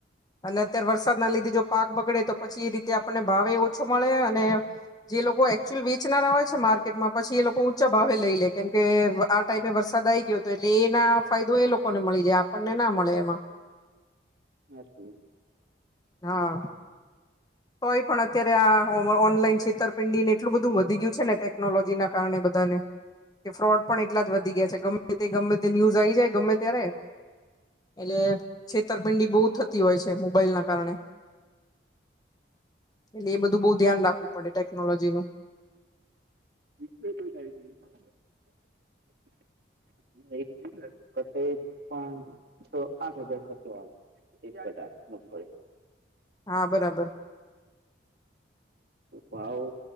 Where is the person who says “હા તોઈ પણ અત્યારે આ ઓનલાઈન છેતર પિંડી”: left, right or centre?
Left